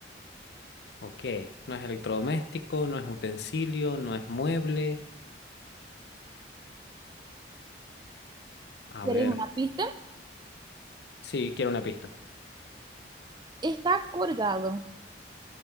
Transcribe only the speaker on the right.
¿Quieres
una pista?
Está colgado.